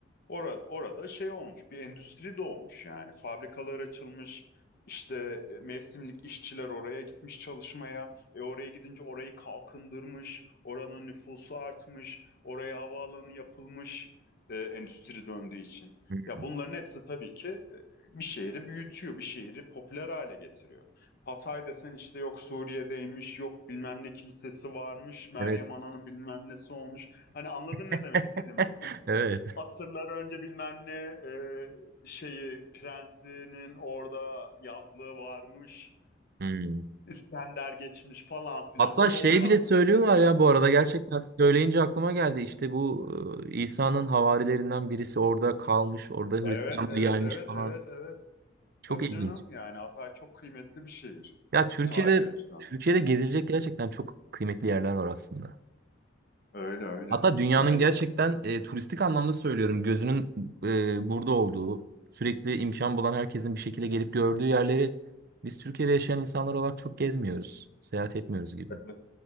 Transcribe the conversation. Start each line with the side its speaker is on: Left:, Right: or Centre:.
Left: orada orada şey olmuş. Bir endüstri doğmuş yani. Fabrikalar açılmış. İşte e, mevsimlik işçiler oraya gitmiş çalışmaya. E oraya gidince orayı kalkındırmış. Oranın nüfusu artmış. Oraya havaalanı yapılmış. e, endüstri döndüğü için.
Right: Hmm,
Left: Ya bunların hepsi tabii ki e, bir şehri büyütüyor, bir şehri popüler hale getiriyor. Hatay desen işte yok Suriye'deymiş, yok bilmem ne kilisesi varmış, Meryem
Right: Evet.
Left: Ana'nın bilmem nesi olmuş. Hani anladın ne
Right: <laughs>
Left: demek istediğimi? <laughs>
Right: Evet.
Left: Asırlar önce bilmem ne e, şeyi prensinin orada yazlığı varmış,
Right: Hmm.
Left: İskender geçmiş falan filan.
Right: Hatta
Left: O
Right: şey
Left: da oradan
Right: bile
Left: kurtarıyor.
Right: söylüyorlar ya
Left: <laughs>
Right: bu arada gerçekten söyleyince aklıma geldi. İşte bu e, İsa'nın havarilerinden birisi orada kalmış, orada
Left: Evet,
Right: Hristiyanlığı
Left: evet,
Right: yaymış
Left: evet,
Right: falan.
Left: evet, evet.
Right: Çok
Left: Tabii
Right: ilginç.
Left: canım yani Hatay çok kıymetli bir şehir
Right: Ya Türkiye'de
Left: tarihi açıdan.
Right: Türkiye'de gezilecek gerçekten çok kıymetli yerler var aslında.
Left: Öyle öyle.
Right: Hatta dünyanın
Left: Öyle.
Right: gerçekten e, turistik anlamda söylüyorum gözünün e, burada olduğu, sürekli imkan bulan herkesin bir şekilde gelip gördüğü yerleri biz Türkiye'de yaşayan insanlar olarak çok gezmiyoruz, seyahat etmiyoruz gibi.
Left: Evet,